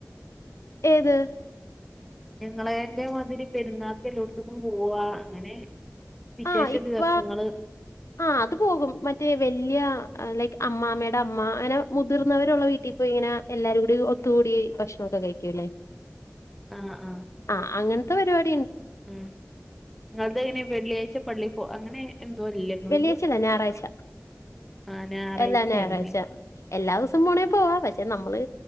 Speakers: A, on the left; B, in the centre.
A: ഏത്
B: ഞങ്ങളെന്റെ മാതിരി പെരുന്നാൾക്ക് എല്ലോട്ത്തക്കും പോവാ അങ്ങനെ വിശേഷ
A: ആ ഇപ്പ
B: ദിവസങ്ങള്
A: ആ അത് പോകും മറ്റേ വല്ല്യ ലൈക്ക് അമ്മാമ്മയുടെ അമ്മ അങ്ങനെ മുതിർന്നവരുള്ള വീട്ടിൽപോയി ഇങ്ങനെ എല്ലാരും കൂടി ഒത്തുകൂടി ഭക്ഷണൊക്കെ കഴിക്കൂല്ലേ
B: ആഹ് ആഹ്
A: ആ അങ്ങ ത പരിപടി
B: ഉം ഇങ്ങൾതെങ്ങനെ വെള്ളിയാഴച്ച പള്ളി പോ അങ്ങനെ എന്തോ അല്ലേ ഇങ്ങൾത്
A: വെള്ളിയാഴ്ല്ല ഞായറാഴ്ച
B: ആഹ് ഞായറാഴ്ചയാണല്ലേ
A: എല്ലാ ഞായറാഴ്ച എല്ലാ ദിവസം
B: ആഹ്
A: പോണേ പോവാ പ ക്ഷെ നമ്മള്